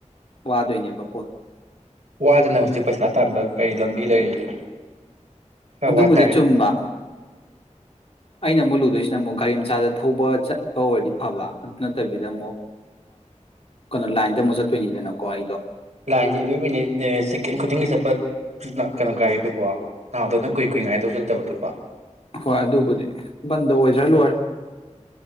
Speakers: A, on the left; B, on the right.
A: ꯋꯥꯗꯣꯏꯅꯦꯕ ꯄꯣꯠꯇꯣ
B: ꯋꯥꯗꯅ ꯍꯧꯖꯤꯛ ꯄꯩꯁꯥ ꯇꯥꯟꯕ ꯀꯩ ꯂ ꯂꯝꯕꯤ ꯂꯩꯔꯤꯒꯦ ꯈꯔ
A: ꯑꯗꯨꯕꯨꯗꯤ
B: ꯋꯥ ꯇꯥꯔꯦꯅꯦ
A: ꯆꯨꯝꯕ ꯑꯩꯅ ꯑꯃꯨꯛ ꯂꯨꯗꯣꯏꯁꯤꯅ ꯑꯃꯨꯛ ꯒꯥꯔꯤ ꯏꯁꯆꯥꯗ ꯊꯧꯕ ꯆꯠꯄ ꯑꯣꯏꯔꯗꯤ ꯐꯕ ꯑꯗꯨ ꯅꯠꯇꯕꯤꯗ ꯑꯃꯨꯛ ꯀꯩꯅꯣ ꯂꯥꯏꯟꯗ ꯑꯃꯨꯛ ꯆꯠꯇꯣꯏꯅꯤꯗꯅꯀꯣ ꯑꯩꯗꯣ
B: ꯂꯥꯏꯟꯁꯦ ꯑꯦꯕ꯭ꯔꯤ ꯃꯤꯅꯤꯠ ꯁꯦꯀꯦꯟ ꯈꯨꯗꯤꯡꯒꯤ ꯆꯠꯄ ꯀꯩꯅꯣ ꯒꯥꯔꯤꯗꯨꯕꯣ ꯅꯍꯥꯟꯗꯧꯅ ꯀꯨꯏ ꯀꯨꯏ ꯉꯥꯏꯗꯧꯁꯨ ꯅꯠꯇꯕꯗꯨꯕ
A: ꯍꯣꯏ ꯑꯗꯨꯕꯨꯗꯤ ꯕꯟꯗ ꯑꯣꯏꯗ꯭ꯔꯥ ꯂꯣꯏꯔꯦ